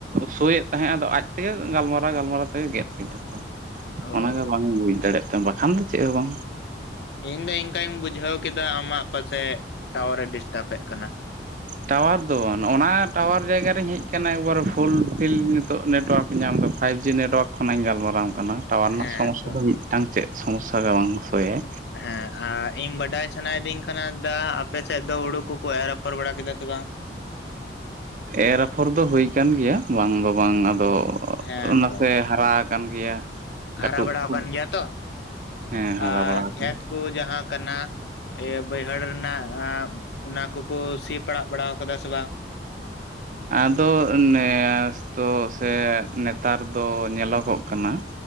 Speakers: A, on the right; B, on the left.
A: ᱥᱩᱭᱮᱫ ᱛᱟᱦᱮᱸᱜ ᱟᱫᱚ ᱟᱡ ᱛᱮ ᱜᱮ ᱜᱟᱞᱢᱟᱨᱟᱣ ᱜᱟᱞᱢᱟᱨᱟᱣ ᱛᱮ ᱜᱮ ᱜᱮᱫ ᱠᱮᱫᱟ ᱠᱚ
B: ᱚ
A: ᱚᱱᱟ ᱜᱮ ᱵᱟᱝ ᱤᱧ ᱵᱩᱡ ᱫᱟᱲᱮᱭᱟᱜ ᱛᱟᱦᱮᱱ ᱵᱟᱠᱷᱟᱱ ᱫᱚ ᱪᱮᱫ ᱦᱚᱸ ᱵᱟᱝᱼᱼ
B: ᱤᱧ ᱫᱚ ᱤᱱᱠᱟᱹᱧ ᱵᱩᱡᱷᱟᱹᱣ ᱠᱮᱫᱟ ᱟᱢᱟᱜ ᱯᱟᱥᱮ ᱴᱟᱣᱟᱨ ᱮ ᱰᱤᱥᱴᱟᱯ ᱮᱜ ᱠᱟᱱᱟ
A: ᱴᱟᱣᱟᱨ ᱫᱚ ᱵᱟᱝᱼᱟ ᱱᱚᱜᱼᱚ ᱱᱚᱣᱟ ᱴᱟᱣᱟᱨ ᱡᱟᱭᱜᱟᱨᱤᱧ ᱦᱮᱡ ᱟᱠᱟᱱᱟ ᱮᱠᱵᱟᱨ ᱯᱷᱩᱞᱯᱷᱤᱞ ᱱᱤᱛᱚᱜ ᱱᱮᱴᱣᱟᱨᱠᱼᱼ ᱧᱟᱢᱫᱟ ᱯᱷᱟᱭᱤᱵ ᱡᱤ ᱱᱮᱴᱣᱟᱨᱠ ᱠᱷᱚᱱᱟᱜ ᱤᱧ ᱜᱟᱞᱢᱟᱨᱟᱣ ᱟᱢ ᱠᱟᱱᱟ ᱴᱟᱣᱟᱨ ᱨᱮᱱᱟᱜ
B: ᱦᱮᱸ
A: ᱥᱚᱢᱚᱥᱥᱟ
B: ᱛᱚ
A: ᱫᱚ ᱢᱤᱫᱴᱟᱝ ᱪᱮᱫ ᱥᱚᱢᱚᱥᱥᱟ ᱜᱮ ᱵᱟᱝ ᱥᱳᱭᱟᱭᱼᱼ
B: ᱦᱮᱸ ᱟᱨ ᱤᱧ ᱵᱟᱰᱟᱭᱼᱼ ᱥᱟᱱᱟᱭ ᱤᱫᱤᱧ ᱠᱟᱱᱟ ᱫᱟ ᱟᱯᱮ ᱥᱮᱫ ᱫᱚ ᱦᱩᱲᱩ ᱠᱚ ᱠᱚ ᱮᱨ ᱨᱟᱯᱷᱚᱨ ᱵᱟᱲᱟ ᱠᱮᱫᱟ ᱥᱮ ᱵᱟᱝᱼᱼ
A: ᱮᱨ ᱟᱯᱷᱚᱨ ᱫᱚ ᱦᱩᱭ ᱟᱠᱟᱱ ᱜᱮᱭᱟ ᱵᱟᱝ ᱫᱚ ᱵᱟᱝ ᱟᱫᱚ
B: ᱦᱮᱸ
A: ᱱᱟᱥᱮᱼᱼ
B: ᱛᱚ
A: ᱦᱟᱨᱟ ᱟᱠᱟᱱ ᱜᱮᱭᱟ ᱠᱟᱹᱴᱩᱵ
B: ᱦᱟᱨᱟ ᱵᱟᱲᱟ
A: ᱠᱩᱫ
B: ᱟᱠᱟᱱ ᱜᱮᱭᱟ ᱛᱚ
A: ᱦᱮᱸ ᱦᱟᱨᱟ
B: ᱟᱨ
A: ᱵᱟᱲᱟ ᱟᱠᱟᱱᱟ
B: ᱠᱷᱮᱛ ᱠᱚ ᱡᱟᱦᱟᱸ ᱠᱟᱱᱟ ᱮ ᱵᱟᱹᱭᱦᱟᱹᱲ ᱨᱮᱱᱟᱜ ᱚᱱᱟ ᱠᱚᱠᱚ ᱥᱤ ᱯᱟᱲᱟᱜ ᱵᱟᱲᱟ ᱟᱠᱟᱫᱟ ᱥᱮ ᱵᱟᱝ
A: ᱟᱫᱚ ᱱᱮᱥ ᱛᱚ ᱥᱮ ᱱᱮᱛᱟᱨ ᱫᱚᱼᱼ ᱧᱮᱞᱚᱜᱚᱜ ᱠᱟᱱᱟ